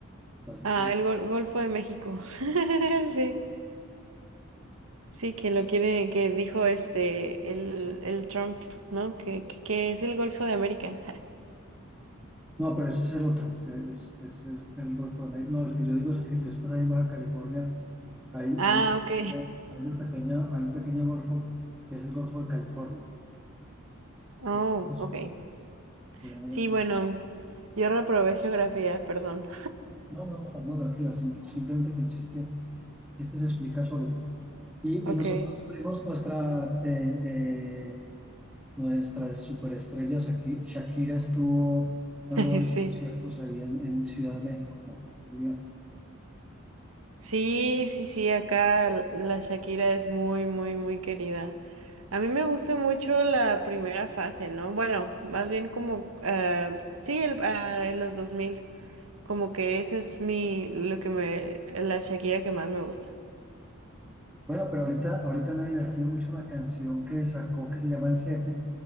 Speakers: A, in the centre; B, on the right.
A: Estados
B: Ah,
A: Unidos.
B: el gol- Golfo de México. <laughs> Sí, sí, que lo quiere, que dijo este, el, el Trump, ¿no? Que, que que es el Golfo de América. <laughs> Ja.
A: No, pero ese es el otro, eh, es, es- es el Golfo de México. No, el que yo digo es el que tú estás ahí en Baja California. Hay,
B: Ah,
A: hay,
B: ok.
A: hay, una pequeña, hay un pequeño golfo que es el Golfo de California.
B: <laughs>
A: Entonces,
B: Oh, ok.
A: pues,
B: Sí,
A: eh,
B: bueno, yo reprobé geografía, perdón.
A: no, no, no, no, tranquila, sim- simplemente que el chiste, el chiste se explica solo. Y,
B: Ok,
A: y nosotros tuvimos nuestra, eh, eh, nuestras superestrellas aquí. Shakira estuvo dando
B: <laughs>
A: varios
B: sí.
A: conciertos ahí en, en Ciudad de México, concluyó muy bien.
B: Sí, sí, sí, acá l- la Shakira es muy, muy, muy querida. A mí me gusta mucho la primera fase, ¿no? Bueno, más bien como, ah, sí, el, ah, en los 2000, como que ese es mi, lo que me, la Shakira que más me gusta.
A: Bueno, pero ahorita, ahorita me ha divertido mucho una canción que sacó que se llama El Jefe,